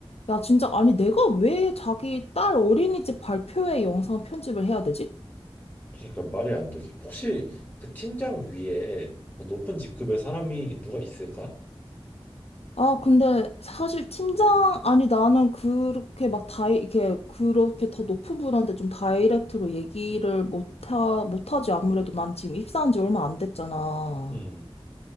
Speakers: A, on the left (about 80°); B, on the left (about 20°).
A: 야, 진짜, 아니, 내가 왜 자기 딸 어린이집 발표회 영상 편집을 해야 되지?
B: 그러니까 말이 안 되지. 혹시 그 팀장 위에 더 높은 직급의 사람이 누가 있을까?
A: 아, 근데 사실 팀장, 아니, 나는 그렇게 막 다이, 이렇게, 그렇게 더 높은 분한테 좀 다이렉트로 얘기를 못하, 못하지. 아무래도 난 지금 입사한 지 얼마 안 됐잖아.
B: 음,